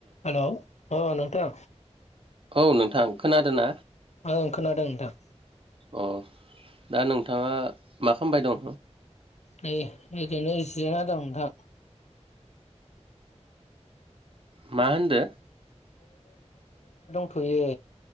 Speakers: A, on the left (about 70°); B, on the right (about 50°).
A: Hello ओ नोंथां
B: औ नोंथां खोनादोंना
A: ओं खोनादों नोंथां
B: अ दा नोंथाङा मा खालामबाय दं?
A: नै ओरैनो जिरायना दं नोंथां।
B: मा होनदो?
A: थयो